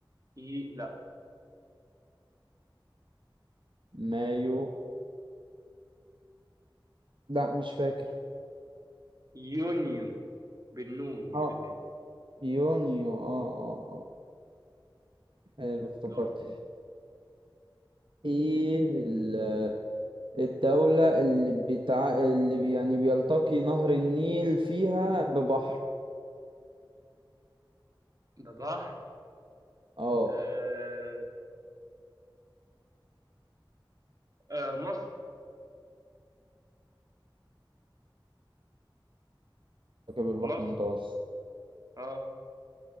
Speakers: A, on the right; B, on the right.
A: ي... لا
B: مايو لا مش فاكر
A: يونيو بالنون مش
B: اه
A: باللام
B: يونيو اه اه اه حلو افتكرت
A: دورك
B: ايه ال- الدولة اللي بتاع اللي بي- يعني بيلتقي نهر النيل فيها ببحر
A: ده صح
B: اه
A: آه، آه مصر
B: كتاب البحر
A: مصر
B: المتوسط
A: اه